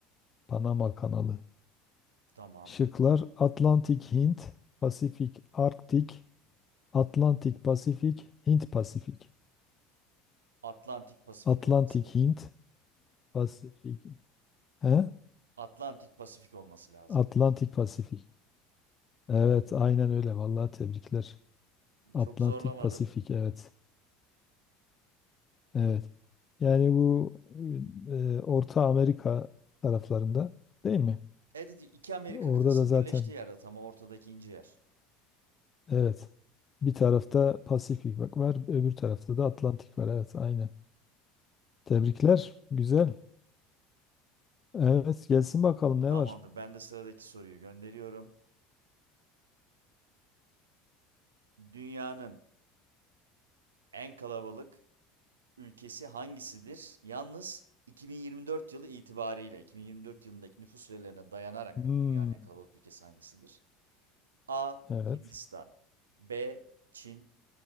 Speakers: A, on the left; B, on the right.
A: Panama Kanalı.
B: Tamam.
A: Şıklar Atlantik Hint, Pasifik Arktik, Atlantik Pasifik, Hint Pasifik.
B: Atlantik Pasifik
A: Atlantik
B: olması lazım.
A: Hint, Pasifik. He?
B: Atlantik Pasifik olması lazım.
A: Atlantik Pasifik. Evet, aynen öyle. Vallahi tebrikler. Atlantik
B: Çok zorlamadı.
A: Pasifik, evet. Evet. Yani bu e, Orta Amerika taraflarında değil mi?
B: Evet evet, iki Amerika
A: Orada
B: kıtasının
A: da zaten
B: birleştiği yerde tam ortadaki ince yer.
A: evet. Bir tarafta Pasifik bak var, öbür tarafta da Atlantik var. Evet, aynen. Tebrikler. Güzel. Evet, gelsin bakalım ne
B: Tamamdır.
A: var?
B: Ben de sıradaki soruyu gönderiyorum. Dünyanın en kalabalık ülkesi hangisidir? Yalnız 2024 yılı itibariyle 2024 yılındaki nüfus verilerine dayanarak
A: Hmm,
B: dünyanın en kalabalık ülkesi hangisidir? A.
A: evet.
B: Hindistan B. Çin